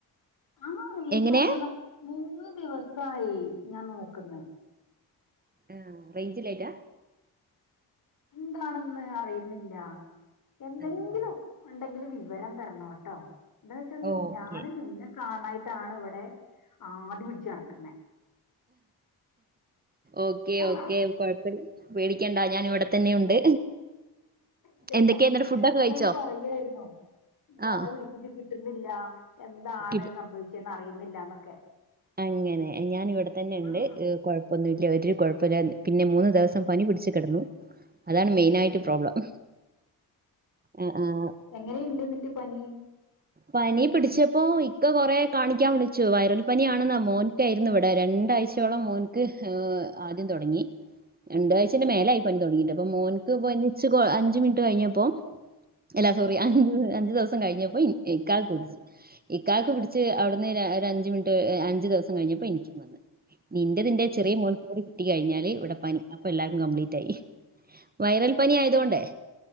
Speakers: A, on the left; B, on the right.
A: ആ റേഞ്ചില്ലത്തോണ്ട
B: എങ്ങനെ
A: ആമൂന്ന് ദിവസായി ഞാൻ നോക്കുന്ന
B: ആ റേഞ്ചിലായിട്ടാ
A: എന്താണെന്ന് അറിയുന്നില്ല എന്തെങ്കിലും
B: ആഹ്
A: ഉണ്ടെങ്കിലും വിവരം തരണോട്ടോ എന്താന്ന് വെച്ചാ
B: ഓക്കെ
A: ഞാന് നിന്നെ കാണായിട്ടാണ് ഇവിടെ ആടി പിടിച്ച് നടക്കുന്നെ
B: ഓക്കെ ഓക്കെ
A: ആ
B: കുഴപ്പില്ല ഞൻ ഇവിടെ തന്നെ ഉണ്ട്
A: ഇല്ല ഇല്ല
B: എന്തൊക്കെയാ എന്നിട്ട്
A: ഞൻ
B: ഫുഡൊക്കെ
A: ഇിക്കനോട്
B: കഴിച്ചോ
A: പറയായിുന്നോ ഇയാളുവിളിച്ചിട്ട്
B: ആഹ്
A: കിട്ടുന്നില്ല എന്താണ്
B: കിട്
A: സംഭവിച്ചന്ന് അറിയുന്നില്ലാന്നൊക്കെ
B: അങ്ങനെ ഞാൻ ഇവിടെ തന്നെ ഉണ്ട്
A: ആഹ്
B: കൊഴപ്പൊന്നുംല്ല ഒരു കുഴപ്പമില്ല പിന്നെ മൂന്ന്ദിവസം പനി പിടിച്ച കിടന്നു അതാണ് മെയിനായിട്ട് പ്രോബ്ലം ആഹ് ആഹ്
A: എങ്ങനെുണ്ട് എന്നിട്ട് പനി
B: പനി പിടിച്ചപ്പോ ഇക്ക കൊറെ കാണിക്കാൻ വിളിച്ചു വൈറൽ പനിയാണെന്ന മോനക്ക ആയിരുന്നു ഇവിടെ രണ്ടാഴ്ചയോളം മോന്ക്ക് ഏ ആദ്യം തുടങ്ങി രണ്ടാഴ്ചന്റെ
A: ഉം
B: മേലയി പനി തുടങ്ങിയിട്ട് അപ്പൊ മോന്ക്ക് പോ അഞ്ചു മിനിറ്റ് കഴിഞ്ഞപ്പോ അല്ലാ സോറി
A: ഉം
B: അഞ് അഞ്ചു ദിവസം കഴിഞ്ഞപ്പോ
A: ഉം
B: ഇക്കാക്കു ഇക്കക്ക് പിടിച്ച് അവിടുന്ന് ഒരു അഞ്ച മിനിറ്റ് അഞ്ചു ദിവസം കഴിഞ്ഞപ്പോ എനിക്കും വന്ന് നിന്റെതിന്റെ
A: ഉം ഉം
B: ചെറിയ മോൻ പോടി കിട്ടി കഴിഞ്ഞാല് ഇവിടെ പനി അൊ എല്ലാവും പ്ലീറ്റ് ആയി വൈറൽ പനി ആയതോണ്ടേ